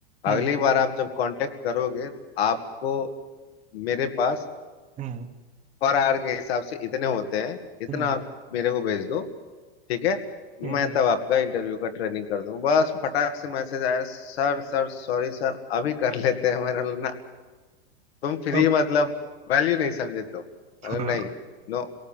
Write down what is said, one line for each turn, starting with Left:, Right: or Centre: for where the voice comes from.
Right: हम्म
Left: अगली बार आप जब कांटेक्ट करोगे आपको मेरे पास
Right: हम्म
Left: पर आवर के हिसाब से इतने होते हैं इतना
Right: हम्म,
Left: आप मेरे को भेज दो ठीक है
Right: हम्म।
Left: मैं तब आपका इंटरव्यू का ट्रेनिंग कर दूं बस फटाक से मैसेज आया सर सर सॉरी सर अभी कर लेते हैं मैंने बोला, ना तुम फ्री
Right: अब
Left: मतलब वैल्यू नहीं समझे तुम
Right: हाँ
Left: मतलब नहीं नो